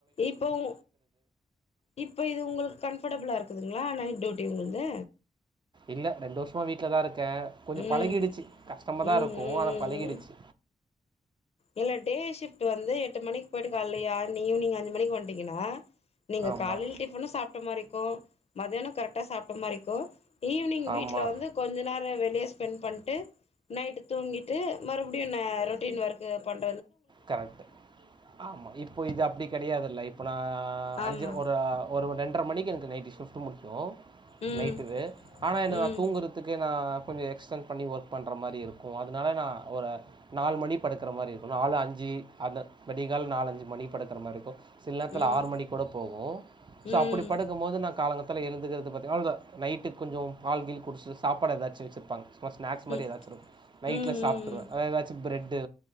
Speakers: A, on the left; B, on the right.
A: இப்ப உ இப்ப இது உங்களுக்கு கன் அஃபர்டபுளாக இருக்குதுங்களா நைட் டியூட்டி உங்களுக்கு
B: இல்ல வீட்ல தான் இருக்கு இருக்கன் கொஞ்சம்
A: ம்
B: பழகிடுச்சு கஷ்டம தான்
A: ம்
B: இருக்கும்
A: ம்
B: ஆனா பழகிடுச்சு
A: ம் இல்ல டே ஷிஃப்ட் வந்து எட்டு மணிக்கு போயிட்டுக்க இலல்லையா நீ ஈவினிங்ஞ்சு மணி வட்டீங்கன்னா நீங்க
B: ஆமா.
A: காலையில் டிஃபன்னும் சாப்பிட்ட மாதிரிக்கும் மதியியானம் கரெக்டா சாப்பிட்ட மாதிரிக்கும் ஈவினிங் வீட்டுல
B: ஆமா.
A: வந்து கொஞ்ச நேரம் வெளியே ஸ்பெண் பண்ணிட்டு நைட் தூங்கிட்டு மறுபடியும்ண்ண ரொட்டீன் ஒர்க் எத பன்
B: கரெக்ட் ஆமா இப்போ இது அப்படி கிடையாதுல்ல இப்ப நான் அஞ்சு
A: ஆமா
B: ஒரு ரெண்டு எற்ற மணிக்கு நைட்டி ஷிஃப்ட் முடிகய
A: ம்
B: நைட்டு ஆனா என்னக்கு
A: ம்
B: நான் தூங்குறதுக்கு நான் கொஞ்சம் எக்ஸ பண்ணி ஒர்க் பண்ற மாதிரி இருக்கும் அதனால நான் ஒரு நாலு மணி படுக்கிற மாதிரி இருக்கும் நாலு அஞ்சு அந்த மடங்கால நாலஞ்சு மணி படுக்கிற மாதிரி இருக்கும் சில நேரத்துல
A: ம்
B: ஆறு மணி கூட போகும் ஸோ
A: ம்
B: அப்படி படுக்கும் போது நான் காலங்கத்தில்ல எழுந்துகிறது பற்றி நைட்டுக்கு கொஞ்சம் பால்குடிச்சட்டு சாப்பாடு ஏதாச்சும் வச்சிருப்பாங்க ஸ்நாக்ஸ் மாதிரி
A: ம்
B: ஏதாச்சு இருக்கு நைட்ல
A: ம் ம்
B: சாப்பிட்டுவே ஏதாச்சு பிரட்டொ